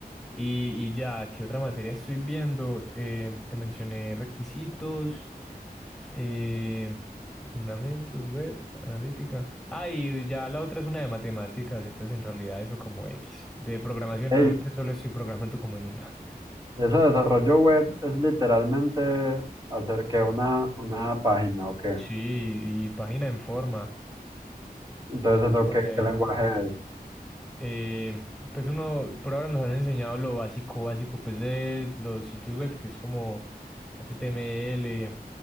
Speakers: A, in the centre; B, on the right.
A: Y, y ya, ¿qué otra materia estoy viendo? Eh, te mencioné requisitos. Eh, fundamentos, web, analítica. Ah, y ya la otra es una de matemáticas, entonces en realidad eso como X. De programación
B: hey
A: realmente solo estoy programando como en una.
B: ese desarrollo web es literalmente hacer que una, una página o qué.
A: Sí, y página en forma.
B: Entonces,
A: Nos van
B: ¿eso
A: a poner,
B: qué, qué lenguaje es?
A: eh, pues uno, por ahora nos han enseñado lo básico, básico, pues de los sitios web, que es como HTML,